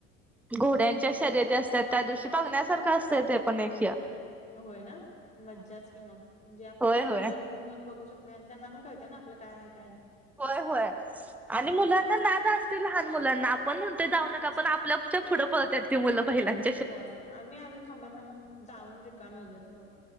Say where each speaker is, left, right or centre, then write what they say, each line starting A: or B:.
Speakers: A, in the centre; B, on the left.
A: घोड्यांच्या शर्यती असत्यात त्या दिवशी बघण्यासारखं असतंय ते पण एक ह्य.
B: होय ना मज्जाच कि मग म्हणजे आपण
A: होय
B: लहान
A: होय
B: मुलांना घेऊन जाऊन बघू शकतोय आणि त्यांना पण कळतंय ना आपलं काय हाय काय? नाही
A: होय होय. आणि मुलांना
B: आ
A: नाद असतोयं लहान मुलांना आपण म्हणतोयं जाऊ नका
B: आज
A: पण आपलं च्या पुढं पळतात ती मुलं पहिलाच.
B: होय आम्ही अजून थांबा-थांबा म्हणून जाऊन रिकामी होत्यात पोरं.